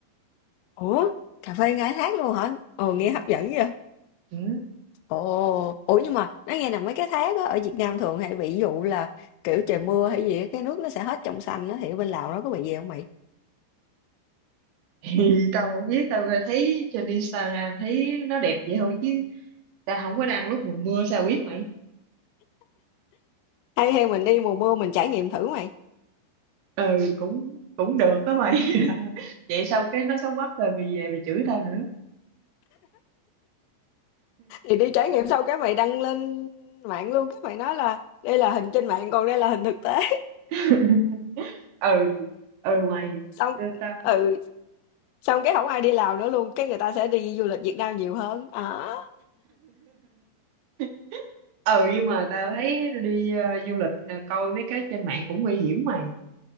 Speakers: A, on the left; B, on the right.
A: ủa cà phê ngay thác luôn hả ồ
B: Ừ.
A: nghe hấp dẫn vậy
B: Ừ. <laughs>
A: ồ ủa nhưng mà nói nghe là mấy cái thác á ở Việt Nam thường hay bị dụ là kiểu trời mưa hay gì á, cái nước nó sẽ hết trong xanh á thì ở bên Lào nó có bị gì không mày
B: Thì tao không biết tao thấy trên Instagram thấy nó đẹp vậy thôi chứ tao không có đăng lúc mùa mưa sao biết mày.
A: hay hay mình đi mùa mưa mình trải nghiệm thử mày
B: Ừ cũng cũng được đó mày. <laughs> Vậy xong cái nó xấu quắc rồi mày về mày chửi tao nữa.
A: thì đi trải nghiệm xong cái mày đăng lên mạng luôn cái mày nói là đây là hình trên mạng còn đây là hình thực tế
B: <laughs> Ừ ừ mày
A: <laughs> xong
B: tao
A: ừ xong cái không ai đi Lào nữa luôn cái người ta sẽ đi du lịch Việt Nam nhiều hơn à
B: <laughs> ừ nhưng mà tao thấy đi ờ, du lịch ờ, coi mấy cái trên mạng cũng nguy hiểm mày